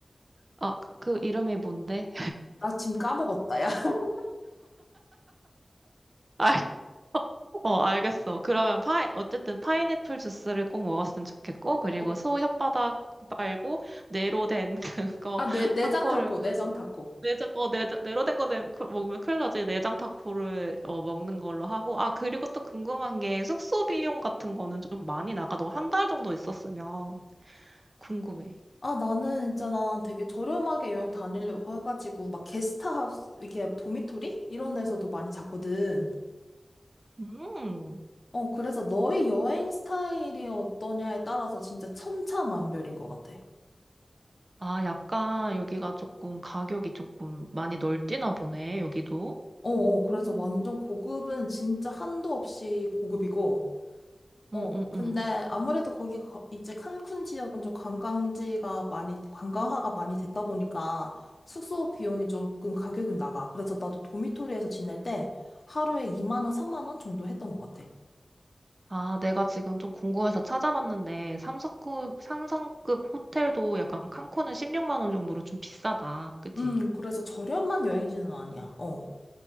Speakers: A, on the right (about 45°); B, on the left (about 55°).
A: 아, 그 이름이 뭔데?
B: 나 지금 까먹었다, 야. <laughs>
A: <laughs> 알, 어, 알겠어. 그러면 파 어쨌든 파인애플 주스를 꼭 먹었으면 좋겠고, 그리고
B: 어,
A: 소 혓바닥 말고, 네로 된 <laughs> 그거,
B: 아, 내, 내장
A: 타코를,
B: 타코, 내장 타코.
A: 내장, 어, 내, 네로 된 거 내- 그- 먹으면 큰일 나지. 내장 타코를 어, 먹는 걸로 하고, 아, 그리고 또 궁금한 게, 숙소 비용 같은 거는 좀 많이 나가. 너 한 달 정도 있었으면 궁금해.
B: 아, 나는 있잖아, 되게 저렴하게 여행 다니려고 해가지고, 막 게스트하우스, 이게 도미토리? 이런 데서도 많이 잤거든.
A: 음.
B: 어, 그래서 너의 여행 스타일이 어떠냐에 따라서 진짜 천차만별인 것 같아.
A: 아, 약간 여기가 조금 가격이 조금 많이 널뛰나 보네, 여기도.
B: 어, 어,
A: 음.
B: 그래서 완전 고급은 진짜 한도 없이 고급이고, 어,
A: 음, 음,
B: 근데
A: 음.
B: 아무래도 거기 거- 이제 칸쿤 지역은 좀 관광지가 많이, 관광화가 많이 됐다 보니까 숙소 비용이 조금 가격은 나가. 그래서 나도 도미토리에서 지낼 때 하루에 2만 원, 3만 원 정도 했던 것 같아.
A: 아, 내가 지금 좀 궁금해서 찾아봤는데, 삼성급, 삼성급 호텔도 약간 칸쿤은 16만 원 정도로 좀 비싸다. 그치?
B: 음, 그래서 저렴한 여행지는 아니야. 어.